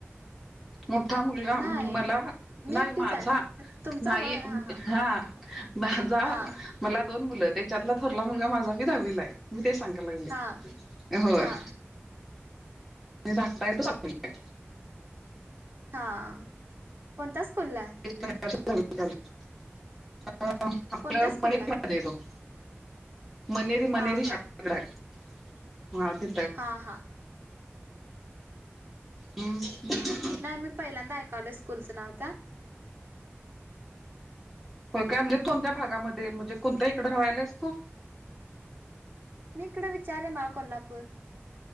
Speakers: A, in the centre; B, on the right (about 45°).
A: मोठा मुलगा
B: नाही
A: मला
B: मी
A: नाही,
B: एकटीच
A: माझा
B: आहे तुमचा
A: नाही,
B: होय हां हां
A: हा माझा.
B: हां
A: मला दोन मुलं त्याच्यातला थोरला मुलगा माझा बी दहावीलाय, मी ते सांगा लागले
B: हां
A: होय.
B: हां
A: तुम्ही झाकताय, तो सांगतोय.
B: हां, कोणत्या स्कूलला आहे?
A: <unintelligible> अं, आपल्या
B: कोणत्या स्कूलला
A: मणेरीमध्ये
B: आहे
A: तो मणेरी-मणेरी
B: हां हां
A: शाळा तिकडं आहे, हा, ते.
B: हा-हा.
A: हम्. <inaudible>
B: नाही, मी पहिल्यांदा ऐकालोय स्कूलचं नाव त्या.
A: हो, काय म्हणजे कोणत्या भागामध्ये? म्हणजे कोणत्या इकडे राहियलास तू?
B: मी इकडे विचार आहे, महा कोल्हापूर.